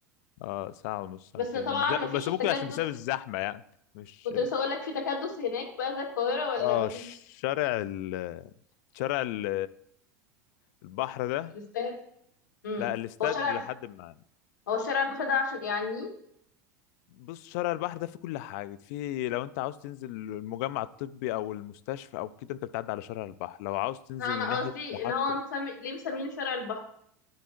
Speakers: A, on the left; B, on the left.
A: اه ساعة ونص ساعتين
B: بس طبعا
A: بس ده-
B: ما فيش
A: بس
B: التكدس
A: ممكن عشان بسبب الزحمة يعني مش
B: كنت لسه اقول لك في تكدس هناك بقى زي القاهره ولا
A: اه
B: ما فيش
A: شارع ال شارع ال- البحر ده
B: تستاهل امم
A: لا الاستاد
B: هو شارع
A: لحد ما
B: هو شارع البحر ده عشان يعني
A: بص شارع البحر ده فيه كل حاجة فيه لو انت عاوز تنزل المجمع الطبي او المستشفى او كده انت بتعدي على شارع البحر لو عاوز تنزل
B: لا انا
A: ناحية
B: قصدي
A: محطة
B: ان هو مسمي ليه مسمينه شارع البحر